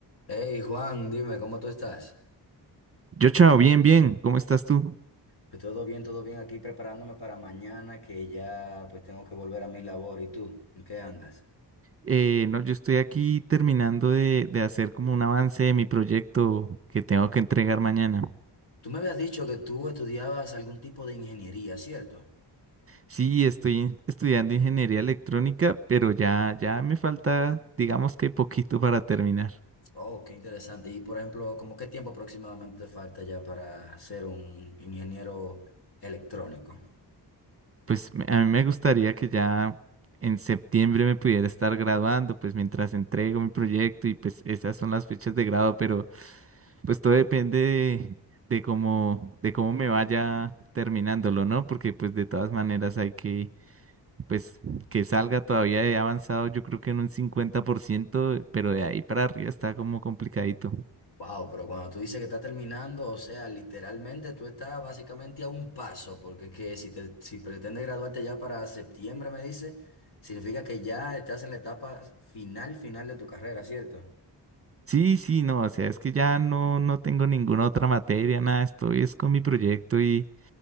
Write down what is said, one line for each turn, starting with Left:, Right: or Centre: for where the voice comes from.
Left: Hey Juan, dime, ¿cómo tú estás?
Right: Yo, chao, bien, bien. ¿Cómo estás tú?
Left: Pues todo bien, todo bien aquí preparándome para mañana que ya pues tengo que volver a mi labor. ¿Y tú? ¿En qué andas?
Right: Eh, no, yo estoy aquí terminando de, de hacer como un avance de mi proyecto que tengo que entregar mañana.
Left: Tú me habías dicho que tú estudiabas algún tipo de ingeniería, ¿cierto?
Right: Sí, estoy estudiando ingeniería electrónica, pero ya, ya me falta, digamos que poquito para terminar.
Left: Oh, qué interesante. Y por ejemplo, ¿cómo qué tiempo aproximadamente te falta ya para ser un ingeniero electrónico?
Right: Pues me- a mí me gustaría que ya en septiembre me pudiera estar graduando, pues mientras entrego mi proyecto y pues esas son las fechas de grado, Pues todo depende de, de cómo, de cómo me vaya terminándolo, ¿no? Porque pues de todas maneras hay que, pues que salga todavía he avanzado yo creo que en un 50%, pero de ahí para arriba está como complicadito.
Left: Wow, pero cuando tú dices que está terminando, o sea, literalmente tú estás básicamente a un paso, porque es que si te, si pretendes graduarte ya para septiembre, me dice, significa que ya estás en la etapa final, final de tu carrera, ¿cierto?
Right: Sí, sí, no, o sea, es que ya no, no tengo ninguna otra materia, nada, estoy es con mi proyecto y,